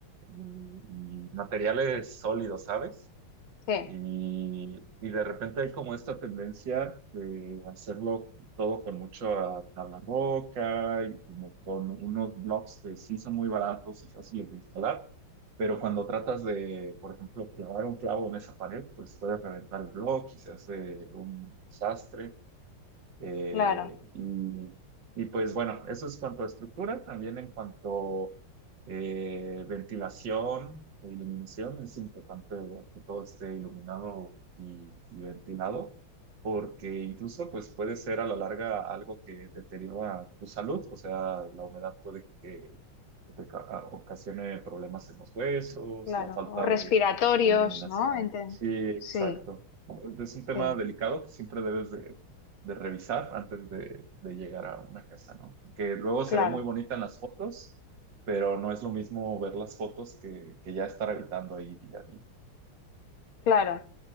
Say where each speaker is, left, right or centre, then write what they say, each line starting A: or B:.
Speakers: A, on the right; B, on the left.
A: mm, y materiales sólidos, ¿sabes?
B: sí,
A: Y, y de repente hay como esta tendencia de hacerlo todo con mucha tabla roca y como con unos blocks que sí son muy baratos y fáciles de instalar, pero cuando tratas de, por ejemplo, clavar un clavo en esa pared, pues puedes reventar el bloque y se hace un desastre. Eh,
B: claro.
A: y, y pues bueno, eso es cuanto a estructura, también en cuanto eh, ventilación e iluminación, es importante ver que todo esté iluminado y, y ventilado, porque incluso pues puede ser a la larga algo que deteriora tu salud, o sea, la humedad puede que te ca- a- ocasione problemas en los huesos,
B: Claro,
A: la falta
B: o
A: de,
B: respiratorios,
A: de iluminación.
B: ¿no? Ente-
A: Sí, exacto.
B: Sí,
A: Es un tema
B: sí,
A: delicado que siempre debes de de revisar antes de, de llegar a una casa, ¿no? Que luego
B: claro,
A: se ve muy bonita en las fotos, pero no es lo mismo ver las fotos que, que ya estar habitando ahí día a día.
B: claro.